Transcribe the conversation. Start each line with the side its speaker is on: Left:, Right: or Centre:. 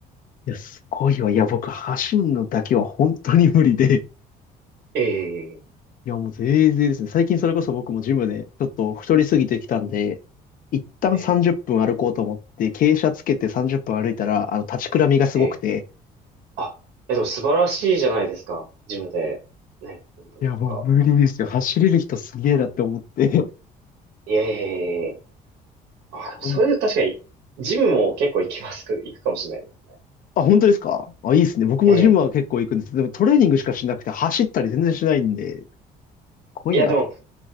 Left: いや、すごいわ。いや、僕、走るのだけは本当に無理で。
Right: ええ
Left: いや、もう全然ですね。最近それこそ僕もジムでちょっと太りすぎてきたんで、一旦30分歩こうと思って、
Right: ええ
Left: 傾斜つけて30分歩いたら、あの、立ちくらみがすごくて。
Right: ええあ、え、でも素晴らしいじゃないですか。ジムで、ね、運動とか。
Left: いや、もう無理ですよ。走れる人すげえなって思って。かっ
Right: いえいえいえいえ。あ、
Left: こいいな。
Right: でもそれ確かに、ジムも結構行きますか、行くかもしれないですね
Left: あ、本当ですかあ、いいですね。僕もジムは結構行くんです。
Right: ええ。
Left: でもトレーニングしかしなくて、走ったり全然しないんで、かっこいいなと。
Right: いや、でも、